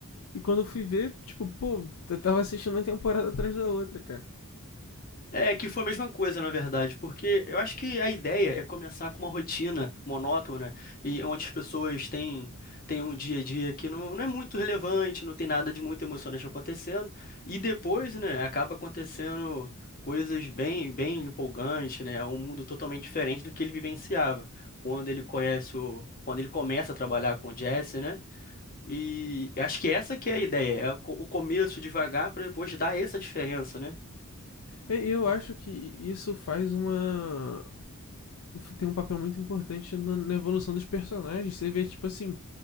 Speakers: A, on the left; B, on the left.
A: E quando eu fui ver, tipo, pô, eu tava assistindo uma temporada atrás da outra, cara.
B: É que foi a mesma coisa, na verdade, porque eu acho que a ideia é começar com uma rotina monótona e onde as pessoas têm, têm um dia a dia que não, não é muito relevante, não tem nada de muito emocionante acontecendo, e depois, né, acaba acontecendo coisas bem, bem empolgantes, né? É um mundo totalmente diferente do que ele vivenciava. Quando ele conhece o, quando ele começa a trabalhar com o Jesse, né? E acho que essa que é a ideia, é o co- o começo devagar para depois dar essa diferença, né?
A: E eu acho que isso faz uma. Tem um papel muito importante na evolução dos personagens. Você vê, tipo assim,